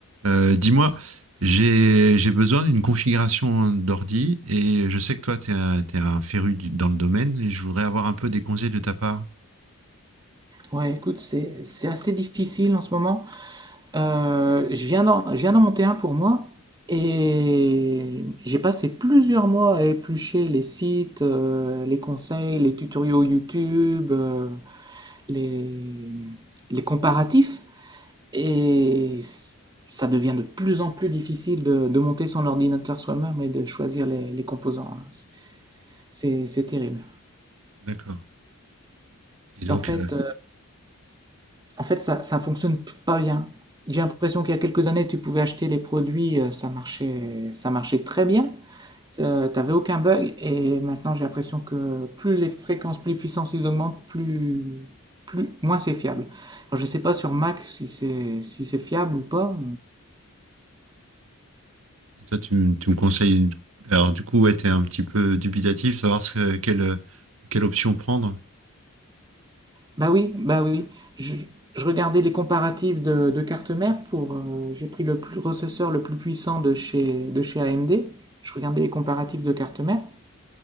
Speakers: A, on the right; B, on the right.
A: Euh, Dis-moi, j'ai j'ai besoin d'une configuration d'ordi et je sais que toi, tu es un, t'es un féru du- dans le domaine et je voudrais avoir un peu des conseils de ta part.
B: Ouais, écoute, c'est c'est assez difficile en ce moment. Euh, je viens d'en, je viens d'en monter un pour moi et j'ai passé plusieurs mois à éplucher les sites, euh, les conseils, les tutoriaux YouTube, euh, les, les comparatifs et ça devient de plus en plus difficile de, de monter son ordinateur soi-même et de choisir les, les composants. hein. C'est c'est terrible.
A: D'accord. Et donc,
B: En fait,
A: euh,
B: En fait, ça, ça fonctionne p- pas bien. J'ai l'impression qu'il y a quelques années, tu pouvais acheter les produits, euh, ça marchait, ça marchait très bien. Euh, t'avais aucun bug. Et maintenant, j'ai l'impression que plus les fréquences, plus les puissances ils augmentent, plus, plus, moins c'est fiable. Alors, je sais pas sur Mac si c'est si c'est fiable ou pas.
A: et toi, tu, me tu me conseilles. Alors, du coup, ouais, tu es un petit peu dubitatif, savoir ce que- quelle, quelle option prendre.
B: Bah oui, bah oui. Je, je regardais les comparatifs de, de cartes mères pour. euh, j'ai pris le plus- processeur le plus puissant de chez, de chez AMD. Je regardais les comparatifs de cartes mères.